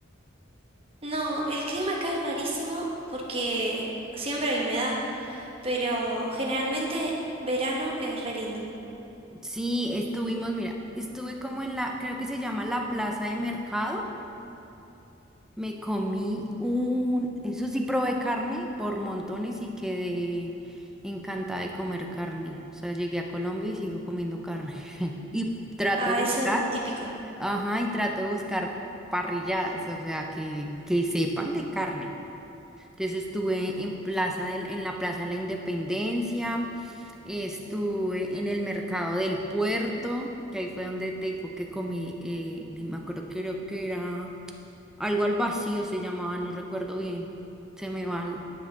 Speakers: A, on the right; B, in the centre.
A: No, el clima acá es rarísimo porque siempre hay humedad, pero generalmente verano es re lindo.
B: Sí, estuvimos, mira, estuve como en la, creo que se llama la plaza de mercado. Me comí un, eso sí probé carne por montones y quedé encantada de comer carne. O sea, llegué a Colombia y sigo comiendo carne. <laughs> Y trato
A: Ah,
B: de
A: eso
B: buscar,
A: es muy típico.
B: ajá, y trato de buscar parrilladas, o sea, que, que sepan de carne. Entonces estuve en plaza del- en la Plaza de la Independencia, estuve en el mercado del puerto, que ahí fue donde te digo que comí, eh, ni me acuerdo, creo que era algo al vacío se llamaba, no recuerdo bien. Se me va, el-